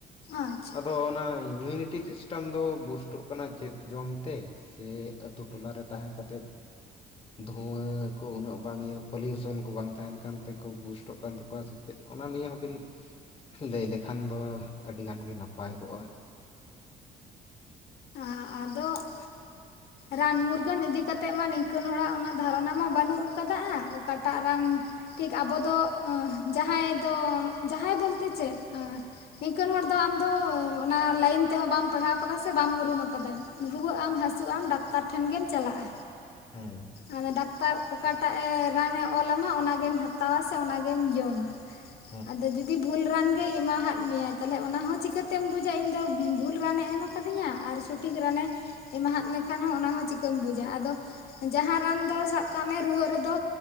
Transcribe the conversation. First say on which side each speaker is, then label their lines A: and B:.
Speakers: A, on the left; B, on the left.
A: ᱟᱪᱪᱷᱟ
B: ᱟᱫᱚ ᱚᱱᱟ ᱤᱢᱤᱞᱤᱴᱤ ᱥᱤᱥᱴᱟᱢ ᱫᱚ ᱵᱩᱥᱴᱚᱜ ᱠᱟᱱᱟ ᱪᱮᱫ ᱡᱚᱢ ᱛᱮ, ᱥᱮ ᱟᱹᱛᱩ ᱴᱚᱞᱟ ᱨᱮ ᱛᱟᱦᱮᱸ ᱠᱟᱛᱮᱫ, ᱫᱷᱩᱶᱟ ᱠᱚ ᱩᱱᱟᱹᱜ ᱵᱟᱝ ᱤᱭᱟᱹ ᱯᱟᱹᱞᱩᱭᱩᱥᱚᱱ ᱠᱚ ᱵᱟᱝ ᱛᱟᱦᱮᱱ ᱠᱟᱱ ᱛᱮᱠᱚ ᱵᱩᱥ ᱴᱚᱜ ᱠᱟᱱ ᱛᱟᱠᱚᱣᱟ ᱥᱮ ᱪᱮᱫ ᱚᱱᱟ ᱱᱤᱭᱟᱹ ᱦᱚᱸ ᱵᱤᱱ ᱞᱟᱹᱭ ᱞᱮᱠᱷᱟᱱ ᱫᱚ ᱟᱹᱰᱤ ᱜᱟᱱ ᱜᱮ ᱱᱟᱯᱟᱭ ᱠᱚᱜᱼᱟ?
A: ᱟ ᱟᱫᱚᱜ
B: <inaudible>
A: ᱨᱟᱱ ᱢᱩᱨᱜᱟᱹᱱ ᱤᱫᱤ ᱠᱟᱛᱮᱜ ᱢᱟ ᱱᱤᱝᱠᱟᱹᱱ ᱦᱚᱲᱟᱜ ᱩᱱᱟᱹᱜ ᱫᱷᱟᱨᱚᱱᱟ ᱢᱟ ᱵᱟᱹᱱᱩᱜ ᱟᱠᱟᱫᱟᱜᱼᱟ, ᱚᱠᱟᱴᱟᱜ ᱨᱟᱱ ᱴᱷᱤᱠ ᱟᱵᱚ ᱫᱚᱻᱜ ᱩᱸ ᱡᱟᱦᱟᱸᱭ ᱫᱚ ᱡᱟᱦᱟᱸᱭ ᱵᱚᱞᱛᱮ ᱪᱮᱫ ᱮᱸ ᱱᱤᱝᱠᱟᱹᱱ ᱦᱚᱲ ᱫᱚ ᱟᱢᱫᱚ ᱚᱱᱟ ᱞᱟᱹᱭᱤᱱ ᱛᱮᱦᱚᱸ ᱵᱟᱢ ᱯᱟᱲᱦᱟᱣ ᱟᱠᱟᱫᱟ ᱥᱮ ᱵᱟᱢ ᱩᱨᱩᱢ ᱟ- ᱠᱟᱫᱟ, ᱨᱩᱣᱟᱹᱜᱼᱟᱢ ᱦᱟᱹᱥᱩᱜᱼᱟᱢ ᱰᱟᱠᱛᱟᱨ ᱴᱷᱮᱱ ᱜᱮᱢ ᱪᱟᱞᱟᱜᱼᱟ᱾
B: ᱦᱩᱸ,
A: ᱟᱫᱚ ᱰᱟᱠᱛᱟᱨ ᱚᱠᱟᱴᱟᱜ ᱮ ᱨᱟᱱᱮ ᱚᱞ ᱞᱟᱢᱟ ᱚᱱᱟᱜᱮᱢ ᱦᱟᱛᱟᱣᱟ ᱥᱮ ᱚᱱᱟᱜᱮᱢ ᱡᱚᱢᱼᱟ᱾
B: <unintelligible>
A: ᱟᱫᱚ ᱡᱩᱫᱤ ᱵᱷᱩᱞ ᱨᱟᱱ ᱜᱮ ᱮᱢᱟ ᱦᱟᱫ ᱢᱮᱭᱟ ᱛᱟᱦᱮᱞᱮ ᱚᱱᱟ ᱦᱚᱸ ᱪᱤᱠᱟᱹ ᱛᱮᱢ ᱵᱩᱡᱽᱼᱟ ᱤᱧ ᱫᱚ ᱵᱷᱩᱞ ᱨᱟᱱ ᱮ ᱮᱢ ᱟᱠᱟᱫᱤᱧᱟ ᱟᱨ ᱥᱚᱴᱤᱠ ᱨᱟᱱᱼᱮ ᱮᱢᱟ ᱦᱟᱫ ᱢᱮᱠᱷᱟᱱ ᱦᱚᱸ ᱚᱱᱟᱦᱚᱸ ᱪᱤᱠᱟᱹᱢ ᱵᱩᱡᱽᱼᱟ, ᱟᱫᱚ ᱡᱟᱦᱟᱸ ᱨᱟᱱ ᱫᱚ ᱥᱟᱵ ᱠᱟᱜ ᱢᱮ ᱨᱩᱣᱟᱹᱜ ᱨᱮᱫᱚ